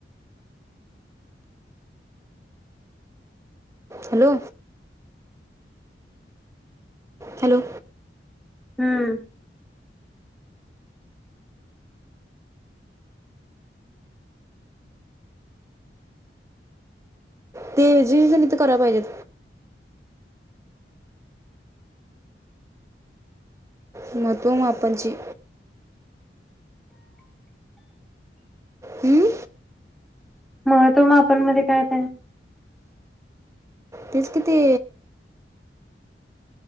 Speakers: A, on the right (about 15°); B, in the centre.
A: हॅलो हॅलो
B: हम्म
A: ते हेजी गणित कराय पाहिजेत. महत्त्व मापणची हं?
B: महत्व मापण मध्ये काय येतय?
A: तीच कि ती